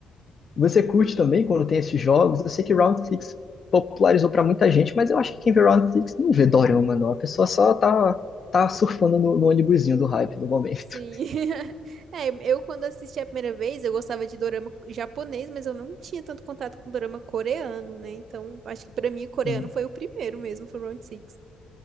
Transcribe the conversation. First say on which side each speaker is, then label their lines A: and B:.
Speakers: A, on the left (about 45°); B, on the right (about 65°).
A: Você curte também quando tem esses jogos? Eu sei que Round Six popularizou pra muita gente, mas eu acho que quem vê Round Six não vê Dorama, não. A pessoa só tá, tá surfando no, no ônibusinho do hype do momento.
B: Sim.
A: <laughs>
B: <laughs> É, eu quando assisti a primeira vez, eu gostava de dorama japonês, mas eu não tinha tanto contato com dorama coreano, né? Então, acho que pra mim o coreano
A: Hum.
B: foi o primeiro mesmo, foi o Round Six.